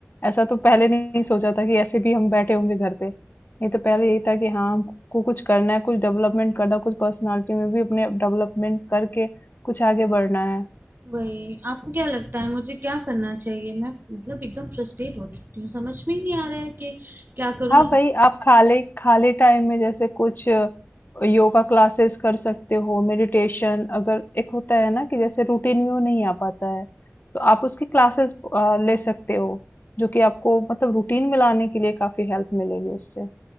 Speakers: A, on the left; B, on the right.
A: ऐसा तो पहले नहीं सोचा था कि ऐसे भी हम बैठे होंगे घर पे नहीं तो पहले यही था कि हाँ हमको कुछ करना है कुछ डेवलपमेंट करना है, कुछ पर्सनालिटी में भी अपने डेवलपमेंट करके कुछ आगे बढ़ना है
B: वही आपको क्या लगता है मुझे क्या करना चाहिए मैं मतलब एकदम फ्रस्ट्रेट हो चुकी हूँ समझ में ही नहीं आ रहा है कि क्या करूँ
A: हाँ भाई आप खाली खाली टाइम में जैसे कुछ अ, योगा क्लासेस कर सकते हो मेडिटेशन अगर एक होता है ना कि जैसे रूटीन में वो नहीं आ पाता है तो आप उसकी क्लासेस ले सकते हो जो कि आपको मतलब रूटीन में लाने के लिए काफी हेल्प मिलेगी उससे